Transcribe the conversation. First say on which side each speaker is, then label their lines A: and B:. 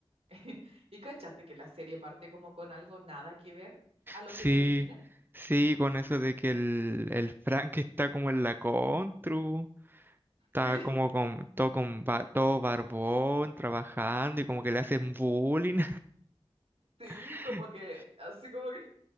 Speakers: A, on the right; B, on the right.
A: <laughs> ¿Y cachaste que la serie parte como con algo nada que ver a lo
B: Sí,
A: que termina? <laughs>
B: sí, con eso de que el, el Frank <laughs> está como en la contru, está
A: Sí,
B: como con todo, con ba- todo barbón, trabajando y como que le hacen bullying.
A: sí,
B: <laughs>
A: como que, así como que,